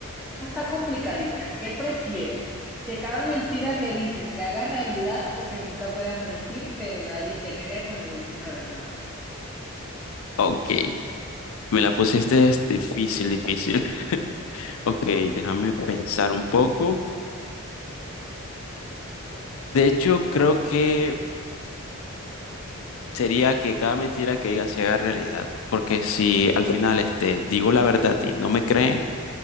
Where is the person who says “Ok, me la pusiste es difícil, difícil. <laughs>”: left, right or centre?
Left